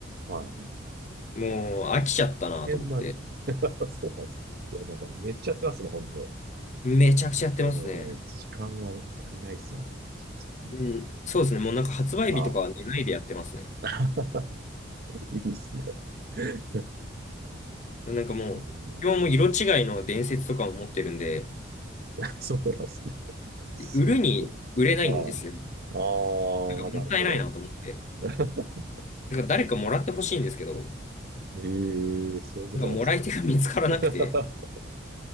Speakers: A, on the right (about 55°); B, on the left (about 40°).
A: はい、はい。
B: う、もう飽きちゃったなと思って、
A: そっか。ゲームは <laughs> そうなんです。いや、なんかめっちゃやってますね、本当。
B: めちゃくちゃやってますね。
A: もう、時間が足りないですね。確かに
B: うん、そうですね。もうなんか発売日とかは寝ないでやってますね。
A: ああ、<laughs> いいですね。う
B: なんかもう、
A: ーん
B: 今もも色違いの伝説とかも持ってるんで、
A: <laughs> そうなんですね。すごい。
B: 売るに売れないんですよ。
A: はい。ああ、
B: なんかもったいないなと思って。
A: なるほど。<laughs>
B: なんか誰かもらってほしいんですけど、
A: ええそういうことなんですね。
B: なんかもらい手が見つからなくて、
A: <laughs>